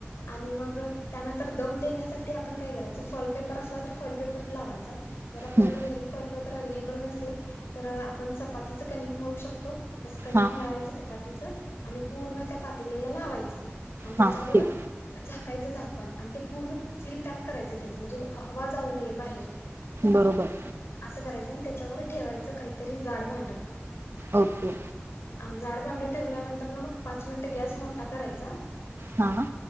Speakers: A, on the left (about 70°); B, on the right (about 60°).
A: आणि मग त्यानंतर दम देण्यासाठी आपण काय करायचं फॉल पेपर असला तर फॉल पेपर लावायचा जर आपल्याकडे
B: हम्म
A: घरी फॉल पेपर अवेलेबल नसेल तर आपण चपातीच कनिक मळू शकतो. तसं कणिक
B: हा
A: मळायचंच चपातीच आणि पूर्ण त्या पातीलेला लावायचं आणि त्याच्यावर
B: हा ठीक
A: झा झाकायचं झाकण आणि ते पूर्ण सील पॅक करायच त्याच म्हणजे हवा जाऊ नये बाहेर
B: बरोबर
A: असं करायचं आणि त्याच्यावर ठेवायच काहीतरी जाड भांड
B: ओके
A: जाड भांड ठेवल्यानंतर ना मग पाच मिनिटं गॅस मोठा करायचा
B: हा